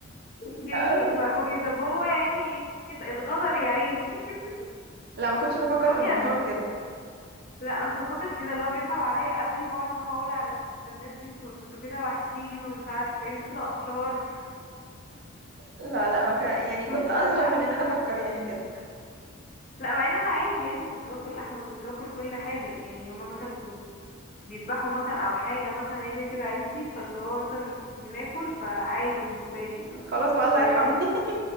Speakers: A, on the left (about 40°); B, on the right (about 50°).
A: جايين
B: آه،
A: يذبحوني
B: لا
A: طب هو يعني ات- اتغدر يا عيني <laughs>
B: لا ما كنتش بفكر
A: هو
B: في الموضوع
A: كان
B: بكده
A: لا أنا كنت فاكر كده اللي هو بيصعب عليا قوي بقعد فاهمة أقول على الناس دي انتوا انتوا كده وحشين ومش عارفة ايه، انتوا كده أشرار
B: لا لا ما كان يعني
A: كنت
B: كنت اصغر
A: وقتها
B: من
A: كنت
B: ان انا
A: طفلة
B: افكر يعني كده
A: لا مع ان انا عادي يعني كنت باكل لحمه وكنت باكل كل حاجه يعني هما مثلا بيذبحوا مثلا او حاجه مثلا يعني كده عيلتي فاللي هو مثلا بناكل فعادي بالنسبه لي
B: خلاص بقى الله
A: فاهماني
B: يرحمه <laughs>